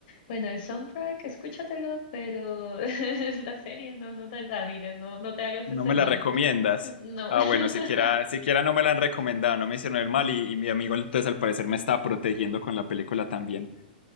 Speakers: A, on the left; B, on the left.
A: Bueno, el soundtrack, escúchatelo, pero <laughs> la serie no, no te la mires, no, no te hagas
B: ¿No
A: ese
B: me
A: mal.
B: la recomiendas?
A: No.
B: Ah,
A: <laughs>
B: bueno, siquiera, siquiera no me la han recomendado, no me hicieron el mal y, y mi amigo entonces al parecer me estaba protegiendo con la película también.